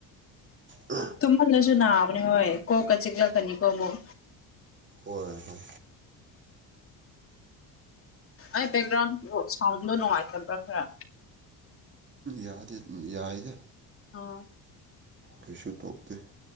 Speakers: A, on the right; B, on the left.
A: ꯑꯝ꯫
B: ꯇꯨꯍꯜꯅꯁꯨ ꯅꯕꯥꯅꯤ ꯍꯣꯏ ꯀꯣꯛꯀ ꯆꯤꯛꯂꯛꯀꯅꯤꯀꯣ ꯑꯃꯨꯛ
A: ꯍꯣꯏ ꯍꯣꯏ꯫
B: ꯑꯩ ꯕꯦꯛꯒ꯭ꯔꯥꯎꯟꯗꯣ ꯁꯥꯎꯟꯗꯣ ꯅꯨꯡꯉꯥꯏꯇꯕ꯭ꯔꯥ ꯈꯔ
A: ꯌꯥꯗꯤ ꯑꯗꯨꯝ ꯌꯥꯏꯗ
B: ꯑꯣ
A: ꯀꯩꯁꯨ ꯇꯧꯗꯦ